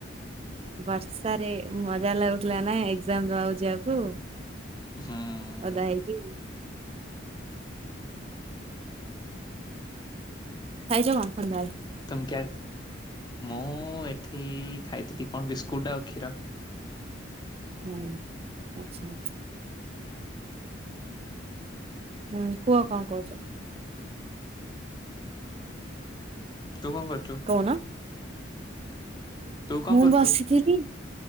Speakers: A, on the right (about 30°); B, on the left (about 20°).
A: ବର୍ଷାରେ ମଜା ଲାଗୁଥିଲା ନା ଏକ୍ଜାମ ଦବାକୁ ଯିବାକୁ।
B: ହୁଁ।
A: ଓଦା ହେଇକି। ଖାଇଛ କଣ ସନ୍ଧ୍ୟାବେଳେ?
B: ତମ କ୍ୟା ମୁଁ ଏଠି ଖାଇଥିଲି କଣ ବିସ୍କୁଟ ଆଉ କ୍ଷୀର।
A: ହୁଁ ଆଚ୍ଛା। ହୁଁ କୁହ କଣ କହୁଛ?
B: ତୁ କଣ କରୁ
A: କହୁନ।
B: ତୁ କଣ
A: ମୁଁ
B: କରୁଛୁ?
A: ବସିଥିଲି।